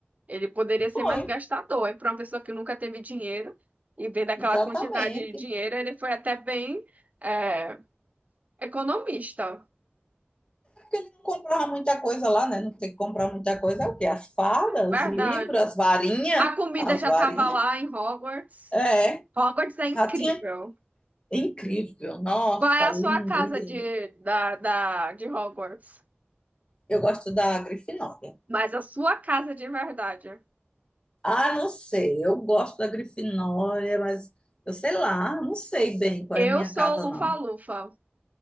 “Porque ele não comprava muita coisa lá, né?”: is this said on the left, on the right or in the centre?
Left